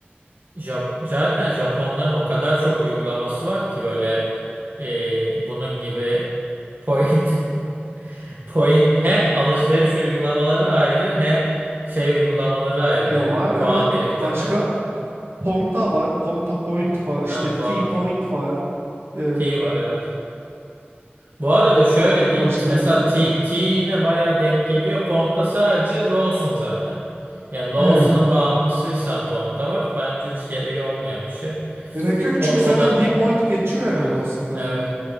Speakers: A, on the right; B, on the right.
A: Jap- zaten Japonların o kadar çok uygulaması var ki böyle e, bunun gibi point, <laughs> point hem alışveriş uygulamaları ayrı hem şey uygulamaları ayrı
B: E,
A: ne
B: var
A: dedim puan
B: evet.
A: biriktirme.
B: Başka Ponta var. Ponta Point
A: Evet.
B: var. işte
A: Ha,
B: T-Point
A: puan.
B: var. E,
A: T var evet. Bu arada şöyle
B: Ba-
A: diyeyim.
B: başka
A: t- Mesela
B: bilmiyorum
A: T,
B: da.
A: T'ine bayağı denk geliyor. Ponta sadece Lawson zaten. Yani Lawson'ın
B: Evet.
A: bağımlısıysan Ponta var. Bence hiç gereği olmayan bir şey.
B: Gerek yok
A: O,
B: çünkü
A: o
B: zaten
A: da
B: D
A: o
B: point
A: da.
B: geçiyor
A: Evet.
B: yani Lawson'da
A: Evet.
B: yani.